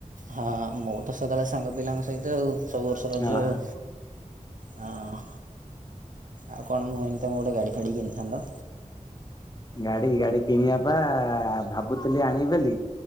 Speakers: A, on the right (about 70°); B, on the left (about 30°).
A: ହଁ ମୋର ତ ସକାଳେ ସାଙ୍ଗ ପିଲାଙ୍କ ସହିତ ଆ ସବୁ ବର୍ଷ
B: ହଁ।
A: ରଜ ଆଉ ହଁ ଆଉ କଣ ମୁଁ ଏ। ତମେ ଗୋଟେ ଗାଡ଼ି ଫାଡ଼ି କିଣିଥାନ୍ତ।
B: ଗାଡି ଗାଡି କିଣିବା ପା ଭାବୁଥିଲି ଆଣ ବୋଲି।